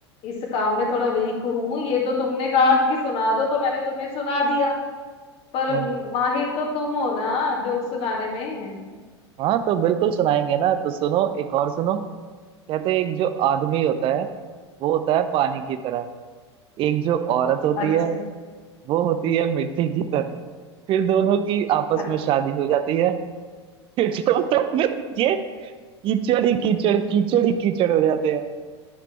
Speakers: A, on the left (about 40°); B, on the right (about 35°).
A: इस काम में थोड़ा वीक हूँ ये तो तुमने कहा कि सुना दो तो मैंने तुम्हें सुना दिया पर
B: हम्म
A: माहिर तो तुम हो ना जोक सुनाने में
B: हाँ तो बिल्कुल सुनाएंगे ना तो सुनो एक और सुनो कहते हैं एक जो आदमी होता है वो होता है पानी की तरह एक जो औरत होती
A: अच्छा
B: है वो होती है मिट्टी की तरह फिर दोनों की आपस
A: अच्छा
B: में शादी हो जाती है फिर तो दोनों में ये कीचड़ ही कीचड़ कीचड़ ही कीचड़ हो जाते हैं